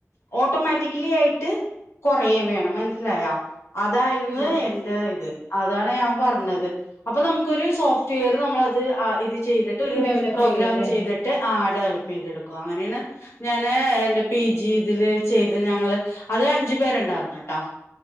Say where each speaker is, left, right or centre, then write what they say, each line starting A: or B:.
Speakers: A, on the left (about 55°); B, on the left (about 25°).
A: ഓട്ടോമാറ്റ റ്റിക്കലി ആയിട്ട് കുറയേം വേണം മനസ്സിലായോ അതായിരുന്നു
B: ആ
A: എന്റെ ഇത് അതാണ് ഞാൻ പറഞ്ഞത് അപ്പൊ നമുക്കൊരു സോഫ്റ്റ്‌വെയർ നമ്മളത് ആഹ് ഇത് ചെയ്തിട്ട് ഒരു
B: ഡെവലപ്പ്
A: പ്രോഗ്രാം
B: ചെയ്യൂല്ലേ
A: ചെയ്തിട്ട് ആഡ് ചെയ്തെടുക്കുക അങ്ങനെയാണ് ഞാന് എന്റെ പി ജി ഇതില് ചെയ് ത് ഞങ്ങള് അത് അഞ്ചു പേരുണ്ടായിർന്ന് കേട്ടോ-